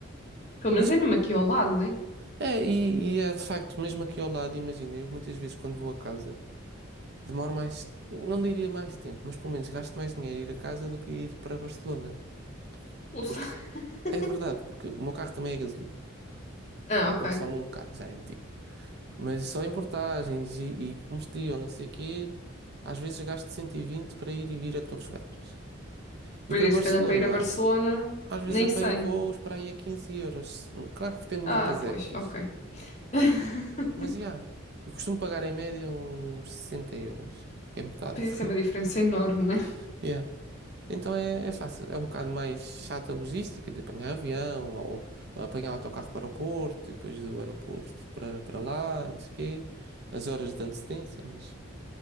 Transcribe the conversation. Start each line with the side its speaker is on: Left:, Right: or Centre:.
Left: pelo
Right: mas
Left: menos é mesmo aqui ao lado, né?
Right: é, e, e é de facto, mesmo aqui ao lado, imagina, eu muitas vezes quando vou a casa. Demoro mais, não diria mais tempo, mas pelo menos gasto mais dinheiro a ir a casa do que ir para Barcelona.
Left: Ouça.
Right: Porque
Left: <laughs>
Right: é verdade, porque o meu carro também é gasolina
Left: Ah,
Right: e
Left: ok.
Right: consome um bocado, já é antigo. Mas só em portagens e, e combustível, não sei o quê, às vezes gasto 120 para ir e vir a Torres Vedras.
Left: Por
Right: E para
Left: isso,
Right: Barcelona,
Left: se calhar para ir a Barcelona,
Right: às vezes
Left: nem
Right: apanho
Left: sei.
Right: voos para aí a 15 euros. Claro que depende muito
Left: Ah,
Right: das
Left: pois,
Right: épocas,
Left: ok. <laughs>
Right: mas já. eu costumo pagar em média uns 60 euros, que é metade.
Left: Pois isso é uma diferença enorme, né?
Right: <laughs> Já. Então é, é fácil, é um bocado mais chata a logística de apanhar avião ou, ou apanhar autocarro para o Porto, e depois do aeroporto para, para lá, não sei o quê, as horas de antecedência, mas